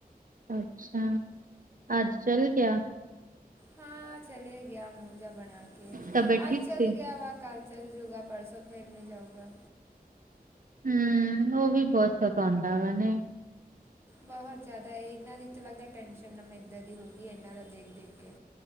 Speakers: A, on the right; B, on the right.
A: ਅੱਛਾ, ਅੱਜ ਚੱਲ ਗਿਆ।
B: ਹਾਂ ਚਲੇ ਗਿਆ, ਮੋਜਾ ਬਣਾ ਕੇ
A: ਤਬੀਅਤ ਠੀਕ
B: ਅੱਜ ਚਲ
A: ਸੀ
B: ਗਿਆ ਵਾ ਕੱਲ। ਚੱਲ ਜੂਗਾ ਪਰਸੋਂ ਫਿਰ ਨਹੀਂ ਜਾਉਗਾ।
A: ਹੂੰ, ਉਹ ਵੀ ਬਹੁਤ ਸਤਾਦਾ ਵੇ ਨੀ।
B: ਬਹੁਤ ਜ਼ਿਆਦਾ, ਇਹਨਾਂ ਦੀ ਤਾਂ ਲੱਗਦਾ ਟੈਨਸ਼ਨ ਨਾ ਮੈਨੂੰ। ਇਦਾਂ ਦੀ ਹੋ ਗਈ ਇੰਨਾਂ ਦਾ ਦੇਖ-ਦੇਖ ਕੇ